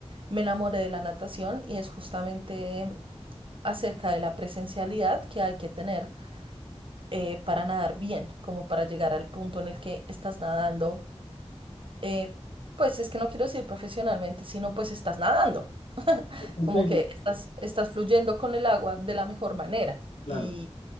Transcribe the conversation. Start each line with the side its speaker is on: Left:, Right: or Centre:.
Right: me enamoré de la natación, y es justamente acerca de la presencialidad que hay que tener eh, para nadar bien, como para llegar al punto en el que estás nadando. eh, pues es que no quiero decir profesionalmente, sino pues estás nadando.
Left: con
Right: como
Left: técnica.
Right: que estás, estás fluyendo con el agua de la mejor manera
Left: Claro,
Right: y,